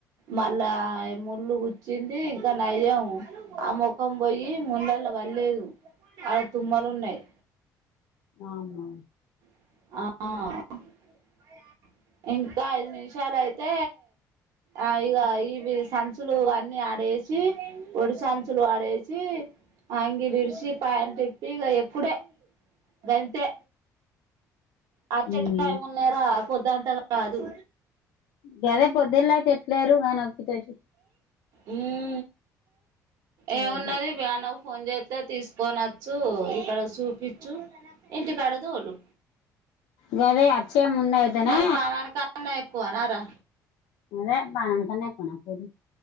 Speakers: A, on the right; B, on the left.
A: మళ్ళా ముళ్ళు గుచ్చింది ఇంకా నయ్యం ఆ ముఖం పోయి ముల్లల అల్ల పల్లేదు ఆడ తుమ్మలు ఉన్నాయి
B: అవునా
A: ఆహ ఇంకా ఐదు నిమిషాలు అయితే ఆ ఇగ ఇవి సంచులు అన్ని ఆడేసి ఒడి సంచులు ఆడేసి సి అంగిలిడిసి పాయింట్ ఇప్పి ఇగ ఎక్కు డే గంతే వచ్చే
B: ఉమ్
A: టైముల్ లే రా పొద్దంతా గదు
B: గాదే పొద్దున్న అయితే ఎట్లేరు గా నొప్పితోటి
A: ఉహు ఏమున్నది
B: ఏరబో
A: ప్రణవ్ ఫోన్ చేస్తే తీసుకొని వచ్చు ఇక్కడ చూపించు ఇంటికాడ తోలు
B: గదే అచ్చే ముందు అయితనే
A: మరి ప్రాణానికన్నా ఎక్కువనారా
B: అదే పాణనికన్నా ఏకోనా ఫోను